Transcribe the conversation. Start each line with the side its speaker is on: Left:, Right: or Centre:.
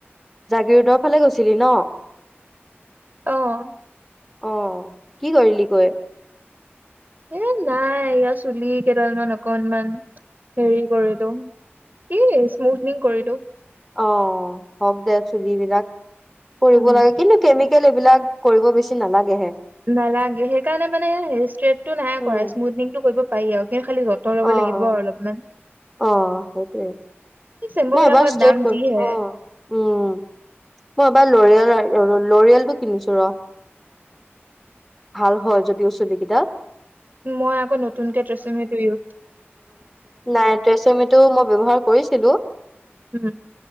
Centre: জাগিৰোদৰ ফালে গৈছিলি ন'?
Right: অ'।
Centre: অ' কি কৰিলি গৈ?
Right: এ নাই। এয়া চুলি কেইডালমান অকনমান হেৰি কৰিলোঁ। কি স্ স্মুথনিং কৰিলোঁ।
Centre: অ' হওঁক দে চুলিবিলাক কৰিব
Right: উম
Centre: লাগে কিন্তু কেমি কেল এইবিলাক কৰিব বেছি নালাগে হে।
Right: নালাগে, সেইকাৰণে মানে ষ্ট্ৰেটটো নাই
Centre: উম
Right: কৰা, স্মুডনিংটো কৰিব পাৰি আৰু। কিন্তু খালি যতন ল'ব
Centre: অ'
Right: লাগিব
Centre: - অ',
Right: আৰু অলপমান
Centre: অ' সেইটোৱে।
Right: এই চেম্পু
Centre: মই
Right: বিলাকৰ
Centre: এবাৰ ষ্টেইট
Right: দাম
Centre: কৰিম-
Right: যিহে
Centre: অ', উম। মই এইবাৰ ল'ৰিয়াল আৰু ৰ ল'ৰিয়েলটো কিনিছোঁ ৰ'। ভাল হয় যদিও চুলি কেইটা।
Right: মই আকৌ নতুনকে ট্ৰেছমেটো ইউ
Centre: নাই, ট্ৰেছমেটো মই ব্যৱহাৰ কৰিছিলোঁ।
Right: উম